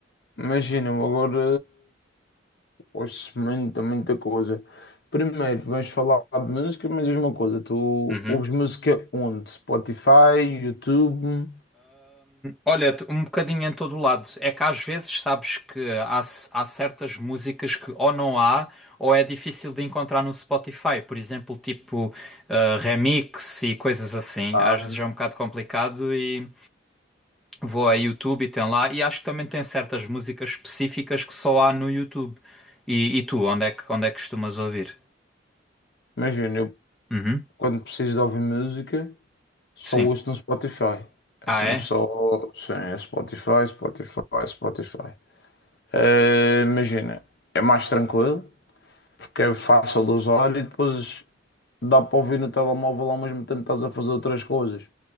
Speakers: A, on the left; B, in the centre.
A: imagina, eu agora ouço muita, muita coisa. Primeiro, vamos falar de música, mas diz uma coisa, tu
B: Uhum.
A: ouves música onde? Spotify, YouTube?
B: Olha, t- um bocadinho em todo o lado. É que às vezes sabes que há, c- há certas músicas que ou não há ou é difícil de encontrar no Spotify. Por exemplo, tipo eh, remix e coisas assim.
A: Ah,
B: Às vezes é um bocado complicado e vou a YouTube e tem lá. E acho que também tem certas músicas específicas que só há no YouTube. E, e tu, onde é que, onde é que costumas ouvir?
A: Imagina, eu
B: Uhum,
A: quando preciso de ouvir música, só
B: sim.
A: ouço no Spotify. É
B: Ah,
A: sempre
B: é?
A: só, sim, é Spotify, Spotify, Spotify. Eh, imagina, é mais tranquilo, porque é fácil de usar e depois dá para ouvir no telemóvel ao mesmo tempo que estás a fazer outras coisas,